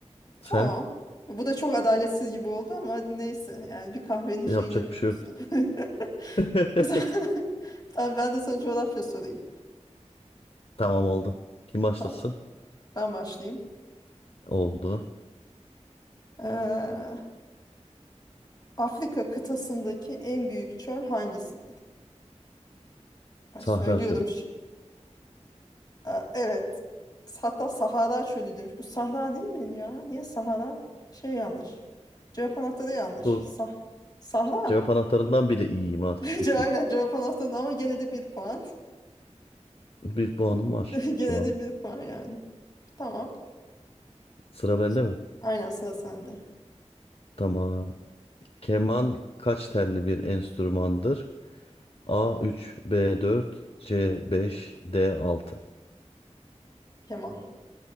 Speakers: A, on the left (about 50°); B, on the left (about 35°).
A: Sen
B: Tamam. Bu da çok adaletsiz gibi oldu ama hadi neyse. Yani bir kahvenin şeyini
A: yapacak
B: yapıyorsun.
A: bir şey yok.
B: <laughs>
A: <laughs>
B: Bu da- <laughs> Tamam ben de sana coğrafya sorayım.
A: Tamam oldu. Kim başlasın?
B: Tamam ben başlayayım.
A: Oldu.
B: Ee, Afrika kıtasındaki en büyük çöl hangisidir? Ben
A: Sahra
B: söylüyorum.
A: Çölü.
B: Aa, evet. Hatta Sahara çölü demiş. Bu Sahra değil mi ya? Niye Sahara? Şey yanlış. Cevap anahtarı yanlış.
A: Tur.
B: Sah Sahra.
A: Cevap anahtarından bile iyiyim artık
B: <laughs>
A: düşün.
B: Aynen cevap anahtarı ama gene de bir puan.
A: Bir puanım
B: <laughs>
A: var
B: Gene
A: şu an.
B: de bir puan yani. Tamam.
A: Sıra bende
B: Şimdi,
A: mi?
B: aynen sıra sende.
A: Tamam. Keman kaç telli bir enstrümandır? a üç, b dört, c beş, d altı.
B: Kemal.